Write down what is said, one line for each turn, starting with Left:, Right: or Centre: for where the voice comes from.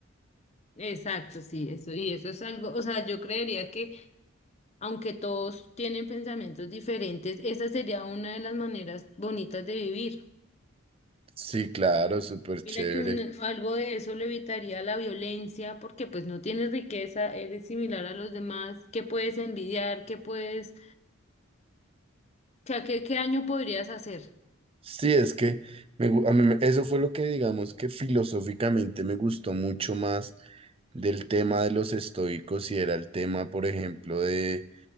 Left: Exacto, sí, eso, y eso es algo, o sea, yo creería que aunque todos tienen pensamientos diferentes, esa sería una de las maneras bonitas de vivir.
Right: Sí, claro, súper chévere.
Left: Mira que un- algo de eso le evitaría la violencia, porque pues no tienes riqueza, eres similar a los demás, ¿qué puedes envidiar? ¿Qué puedes, qué, qué, qué daño podrías hacer?
Right: Sí, es que me gu- a mí me- eso fue lo que digamos que filosóficamente me gustó mucho más del tema de los estoicos y era el tema, por ejemplo, de